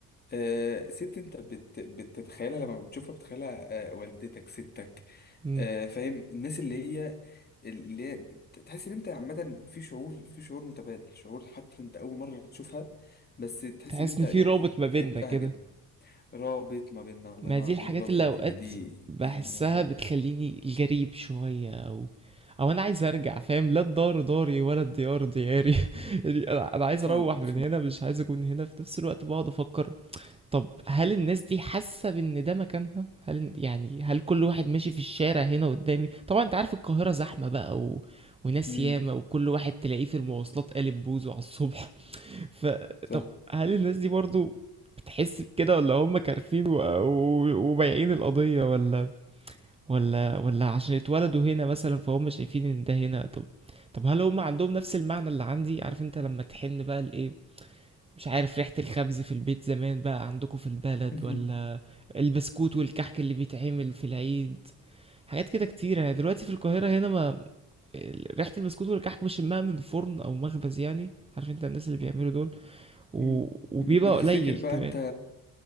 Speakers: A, on the left (about 25°); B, on the right (about 15°).
A: آه ست انت بت بتتخيلها لما بتشوفها بتتخيلها آه والدتك ستك
B: امم
A: آه فاهم الناس اللي هي اللي هي تحس ان انت عامة في شعور في شعور متبادل شعور حتى انت اول مرة تشوفها بس تحس
B: تحس
A: ان انت
B: ان
A: يعني
B: في رابط ما
A: بتحبها
B: بيننا كده
A: جدا رابط ما بيننا الله
B: ما
A: ينور
B: دي
A: عليك
B: الحاجات
A: رابط
B: اللي
A: ما
B: اوقات
A: بيننا دي
B: بحسها
A: دي ما انا
B: بتخليني جريب شوية او او انا عايز ارجع فاهم لا الدار داري ولا الديار دياري <laughs> يعني انا انا عايز
A: فاهمك
B: اروح من
A: فاهم
B: هنا مش عايز اكون هنا في نفس الوقت بقعد افكر طب هل الناس دي حاسة بان ده مكانها هل يعني هل كل واحد ماشي في الشارع هنا قدامي طبعا انت عارف القاهرة زحمة بقى و... وناس
A: امم
B: ياما وكل واحد تلاقيه في المواصلات قالب بوزه على الصبح فطب
A: صح
B: هل الناس دي برضو بتحس بكده ولا هم كارفين و... و... وبايعين القضية ولا ولا ولا عشان اتولدوا هنا مثلا فهم شايفين ان ده هنا طب طب هل هم عندهم نفس المعنى اللي عندي عارف انت لما تحن بقى لايه مش عارف ريحة الخبز في البيت زمان بقى عندكم في البلد
A: مهم.
B: ولا البسكوت والكحك اللي بيتعمل في العيد حاجات كده كتيرة يعني دلوقتي في القاهرة هنا ما ريحة البسكوت والكحك بشمها من فرن أو مخبز يعني عارف انت الناس اللي بيعملوا دول و...
A: مم.
B: وبيبقى
A: مم. بتفتكر
B: قليل
A: بقى
B: كمان
A: انت